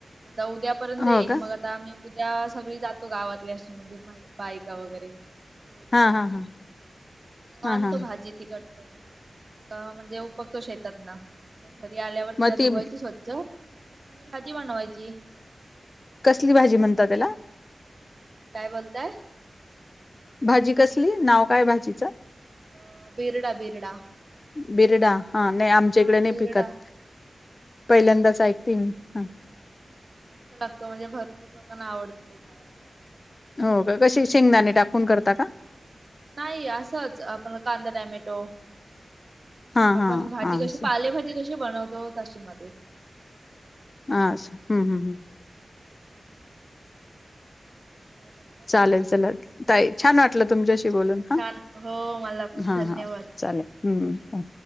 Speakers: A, on the right (about 50°); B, on the left (about 45°).
A: आंता उद्यांपर्यंत येईल
B: हो का
A: मंग आंता आम्हीं उद्यां सगळी जातो गावांतली अशी म्हणजे बायकां वगैरें पोरी
B: हा
A: वगैरे
B: हा हा
A: मानतो
B: हा हा
A: भाजी तिखटं करुंण म्हणजे उपकतो शेतांत नां आणि मंग घरी आल्यांवर
B: मग
A: तिला
B: ती
A: धुवांयची स्वंच्छ आणि भाजी बनवांयची
B: कुठली भाजी म्हणता त्याला?
A: काय बोलताय?
B: भाजी कसली, नाव काय भाजीचं?
A: अ बिरडा, बिरडा.
B: बिरडा. हा नाही. आमच्याकडे
A: हा
B: नाही
A: बिरडा
B: पिकत, पहिल्यांदाच
A: भाजीचा
B: ऐकते
A: बिरडा
B: मी. हा
A: मस्त लागतो. म्हणजे, भरपूर लोकांना आवडत ते खायला.
B: हो का, कशी शेंगदाणे टाकून करता का?
A: नाही असंच, आपण कांदा, टोमॅटो.
B: हा
A: आपण
B: हा
A: भाजी
B: हा
A: कशी,
B: असं
A: पालेभाजी कशी बनवतो. तशी मध्ये
B: असं हम्म, हम्म, हं
A: काय बोलला
B: चालेल चला ताई, छान वाटलं तुमच्याशी
A: हो
B: बोलून हा,
A: छान हो मला पण
B: हा,
A: धन्यवाद
B: हा चालेल. हम् ह